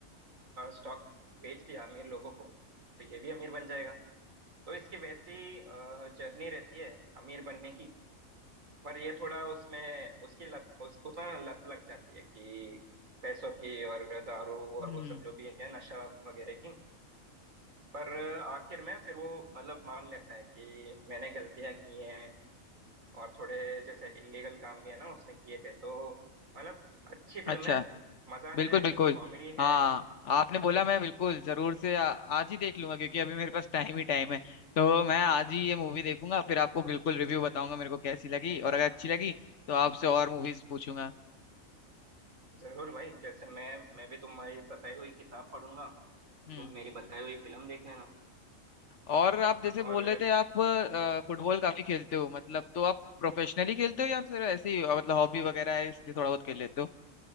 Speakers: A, on the right (about 75°); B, on the left (about 60°).
A: स्टॉक बेच दिया अमीर लोगों को तो ये भी अमीर बन जाएगा तो इसकी वैसी जर्नी रहती है अमीर बनने की पर ये थोड़ा उसमें उसकी लत उसको ना लत लग जाती है कि पैसों की और दारू और
B: हम्म
A: वो सब जो भी है नशा वगैरह की पर आखिर में फिर वो मतलब मान लेता है कि मैंने गलतियां की हैं और थोड़े जैसे इलीगल काम भी है ना उसने किए थे तो मतलब अच्छी फिल्म
B: अच्छा
A: है मजा
B: बिल्कुल
A: है
B: बिल्कुल
A: कॉमेडी है
B: हाँ आपने बोला मैं बिल्कुल जरूर से आ, आज ही देख लूंगा क्योंकि अभी मेरे पास टाइम ही टाइम है तो मैं आज ही ये मूवी देखूंगा फिर आपको बिल्कुल रिव्यू बताऊंगा मेरे को कैसी लगी और अगर अच्छी लगी तो आपसे और मूवीज पूछूंगा
A: जरूर भाई जैसे मैं मैं भी तुम्हारी बताई हुई किताब पढ़ूंगा
B: हम्म
A: तुम मेरी बताई हुई फिल्म देख लेना
B: और आप जैसे
A: और
B: बोल रहे थे आप अ, फुटबॉल काफी खेलते हो मतलब तो आप प्रोफेशनली खेलते हो या फिर ऐसे ही अ, मतलब हॉबी वगैरह है इसलिए थोड़ा बहुत खेल लेते हो